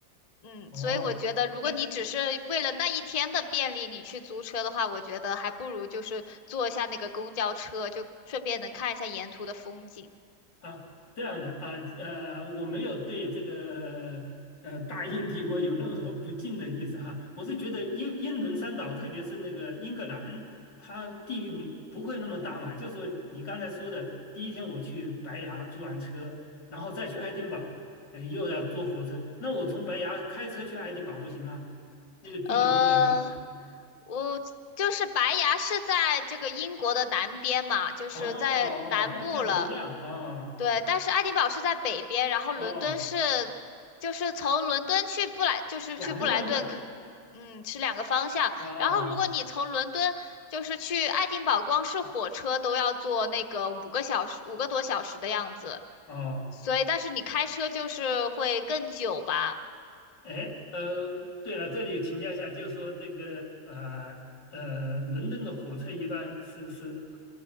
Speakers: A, on the left; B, on the left.
A: 嗯，
B: 哦，
A: 所以我觉得，如果你只是为了那一天的便利，
B: 哎
A: 你去租车的话，我觉得还不如就是坐一下那个公交车，就顺便能看一下沿途的风景。
B: 啊，这样的啊，呃，我没有对这个呃大英帝国有任何不敬的意思哈，我是觉得英英伦三岛，特别是那个英格兰，它地域不不会那么大嘛。就说你刚才说的，第一天我去白崖租完车，然后再去爱丁堡，哎，又要坐火车，那我从白崖开车去爱丁堡不行吗？那个距离很远吗？
A: 呃，我就是白崖是在这个英国的南边嘛，就是在南部了。
B: 哦哦，哦方向不一样啊，
A: 对，但是爱丁堡是在北边，然后伦敦是就是从伦敦去布莱，
B: 哦，
A: 就是去布莱顿可，
B: 两个方向
A: 嗯，是两个方向。
B: 哦。
A: 然后如果你从伦敦就是去爱丁堡，光是火车都要坐那个五个小时，五个多小时的样子。
B: 哦，
A: 所以，但是你开车就是会更久吧。
B: 哎，呃，对了，这里请教一下，就是说这个呃呃，伦敦的火车一般是是